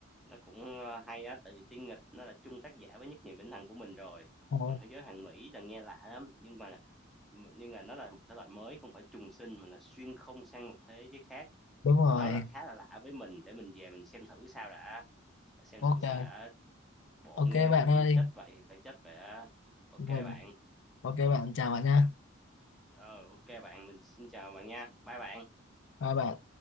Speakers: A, in the centre; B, on the left.
A: nó cũng, ơ, hay á, tại vì Tiên nghịch nó là chung tác giả với Nhất niệm vĩnh hằng của mình rồi,
B: Ờ,
A: còn Thế giới hoàn mỹ là nghe lạ lắm, nhưng mà m nhưng mà nó là một thể loại mới, không phải trùng sinh mà là xuyên không sang một thế giới khác,
B: đúng rồi
A: nó là khá là lạ với mình, để mình về mình xem thử sao đã, xem
B: ok
A: thử sao đã, bộ
B: ok
A: nghe
B: bạn
A: review
B: ơi
A: chết vậy thì phải chết vậy á. Ô
B: Ừ,
A: bạn,
B: ok bạn chào bạn nha
A: ờ, ô bạn, mình xin chào bạn nha, bye bạn.
B: Hai bạn